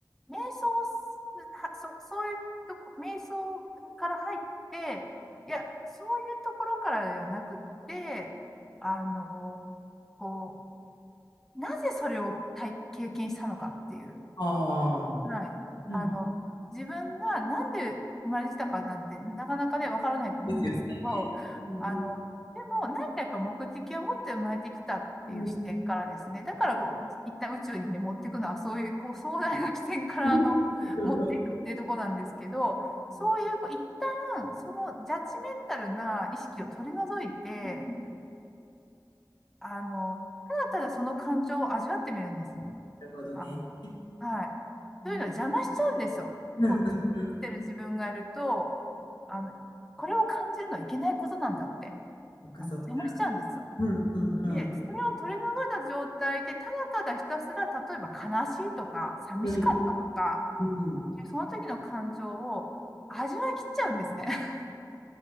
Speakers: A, in the centre; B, on the left (about 85°).
A: 瞑想をす、は、そ、そういうとこ、瞑想から入って、いや、そういうところからではなくって、あの、こう、なぜそれを体、経験したのかっていう。
B: ああ、
A: はい。
B: うん。
A: あの、自分がなんで生まれてきたかなんて、なかなかね、わからないと思うんですけど、
B: ですよね。うんうん。
A: あの、でも、何かやっぱ目的を持って生まれてきたっていう視点からですね、
B: うん。
A: だからこう、一旦宇宙にね、持っていくのは、そういう、こう、壮大な視点から、
B: <laughs> なるほど。
A: あの、持っていくっていうところなんですけど、そういう、
B: うん。
A: こう、一旦、そのジャッジメンタルな意識を取り除いて、
B: うん。
A: あの、ただただその感情を味わってみるんですね。
B: なるほどね。
A: あの、
B: う
A: はい。
B: ん。
A: というのは邪魔しちゃうんですよ。
B: うんうんうん。
A: こう、邪魔してる自分がいると、あの、これを感じるのはいけないことなんだって、
B: そっかそっか。
A: あの、邪魔しちゃうんですよ。
B: うんうん
A: で、それを取り除いた状態で、ただただひたすら、例えば悲しいとか、寂しかったとか、
B: うん。うんうん。
A: その時の感情を味わい切っちゃうんですね。<laughs>